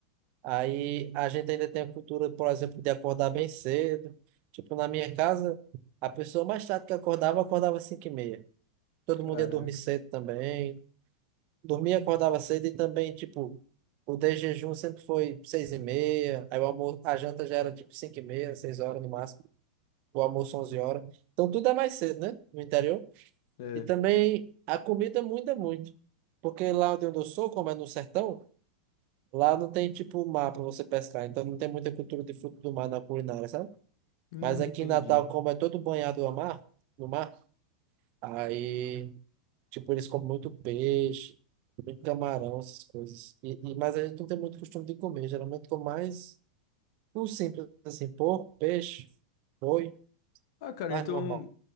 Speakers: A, on the right; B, on the left.
A: Aí a gente ainda tem a cultura, por exemplo, de acordar bem cedo. Tipo, na minha casa, a pessoa mais tarde que acordava, acordava às 5h30. Todo
B: Caraca.
A: mundo ia dormir cedo também. Dormia, acordava cedo e também, tipo, o de jejum sempre foi seis e meia Aí o almoço, a janta já era tipo cinco e meia 6 horas no máximo. o almoço 11 horas. Então tudo é mais cedo, né? No interior.
B: É,
A: E também a comida muda muito. Porque lá onde eu sou, como é no sertão, lá não tem tipo mar para você pescar. Então não tem muita cultura de fruto do mar na culinária, sabe?
B: hum,
A: Mas aqui
B: entendi.
A: em Natal, como é todo banhado a mar, no mar, aí tipo eles comem muito peixe, muito camarão, essas coisas. E, e- mas a gente não tem muito costume de comer. Geralmente com mais o simples, assim, porco, peixe, boi,
B: Ah, cara,
A: carne
B: então
A: normal.